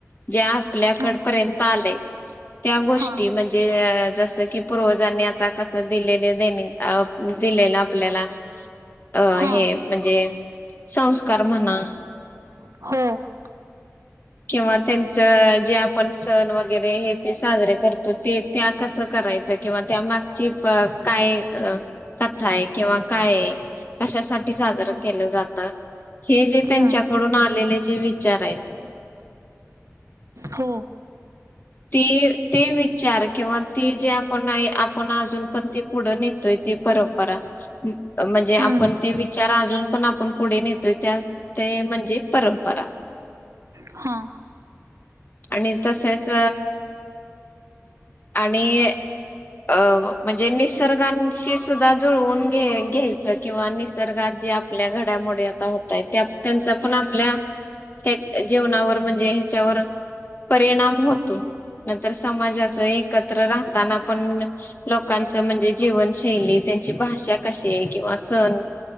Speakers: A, on the left; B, on the right.
A: जे आपल्याकड
B: हा
A: पर्यंत आलेय. त्या गोष्टी
B: हा
A: म्हणजे जस की पूर्वजांनी आता कसं दिलं ''--'' दि दिलेलं देन आपल्याला अ
B: हा
A: हे म्हणजे. संस्कार म्हणा.
B: हो,
A: <inaudible> किंवा त्यांच जे आपण सण वगैरे हे ते साजरे करतो ते. त्या कसं करायचं किंवा त्यामागची. क काय अ कथा आहे किंवा काय. कशासाठी साजरं
B: हा
A: केलं जात हे जे त्यांच्याकडून
B: हम्म
A: आलेले जे विचार. चार आहेत.
B: हो,
A: ती ते विचार किंवा ती जे आपण आपण अजून पण ती. पुढं नेतोय ती परंपरा. म्हणजे
B: हम्म
A: आपण ते विचार अजून पण आपण पुढे नेतोय त्या. त्या या म्हणजे परंपरा.
B: हा,
A: आणि तसेच आणि. अ म्हणजे निसर्गांशी सुद्धा जुळवून घे घ्यायचं किंवा निसर्गात जे आप ''--'' आपल्या घड्यामुळे आता होतय त्या त्यांचा पण आपल्या. ह जेवनावर म्हणजे ह्याच्यावर परिणाम होत. तो नंतर समाजाच एकत्र राहताना पण लोकांच म्हणजे जीवनशैली त्यांची भाषा कशी आहे किंवा सण.